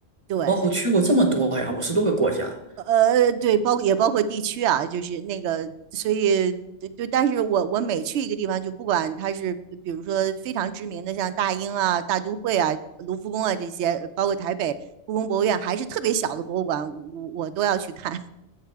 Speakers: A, on the right; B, on the right.
A: 对。
B: 哦，去过这么多呀，五十多个国家。
A: 呃，对，包括也包括地区啊，就是那个，所以对对，但是我我每去一个地方，就不管它是比如说非常知名的，像大英啊、大都会啊、卢浮宫啊这些，呃包括台北故宫博物院，还是特别小的博物馆，我我都要去看。